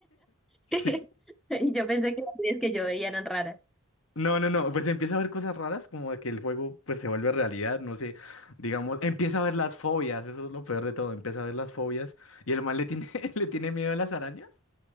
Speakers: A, on the left (about 70°); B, in the centre.
A: Sí.
B: <laughs> Y yo pensé que las series que yo veía eran raras.
A: No, no, no, pues empieza a ver cosas raras como de que el juego pues se vuelve realidad, no sé, digamos, empieza a ver las fobias, eso es lo peor de todo, empieza a ver las fobias y el man le tiene, <laughs> le tiene miedo a las arañas